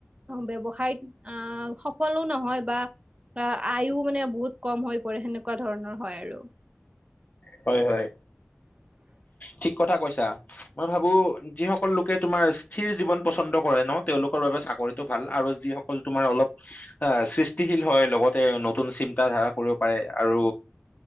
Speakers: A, on the right; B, on the left.
A: ব্য়ৱসায়ত অ সফলো নহয় বা আয়ও মানে বহুত কম হৈ পৰে সেনেকা এনেকুৱা ধৰণৰ হয় আৰু
B: হয় হয়।
A: উ <unintelligible>
B: ঠিক কথা কৈছা মই ভাবো যিসকল লোকে তোমাৰ স্থিৰ জীৱন পছন্দ কৰে ন তেওঁলোক চৰিটো ভাল আৰু যিসকল তমাৰ অল সৃষ্টি হয় লগ নতু চি ধ কৰিব পাৰে আৰু